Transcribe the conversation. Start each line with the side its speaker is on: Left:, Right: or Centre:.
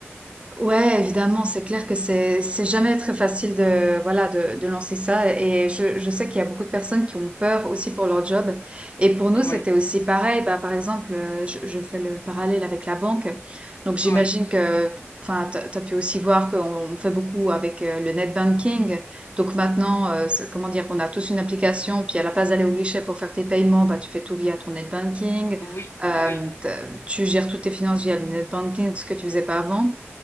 Right: Ouais, évidemment, c'est clair que c'est c'est jamais très facile de voilà de, de lancer ça et je, je sais qu'il y a beaucoup de personnes qui ont peur aussi pour leur job et pour nous
Left: Oui,
Right: c'était aussi pareil bah par exemple euh, je, je fais le parallèle avec la banque donc j'imagine
Left: oui.
Right: que enfin t'as t'as pu aussi voir qu'on on fait beaucoup avec euh, le net banking donc maintenant euh, c'est- comment dire on a tous une application puis à la place d'aller au guichet pour faire tes paiements bah tu fais tout via ton net banking
Left: Oui,
Right: euh,
Left: oui.
Right: t'as- tu gères toutes tes finances via le net banking ce que tu faisais pas avant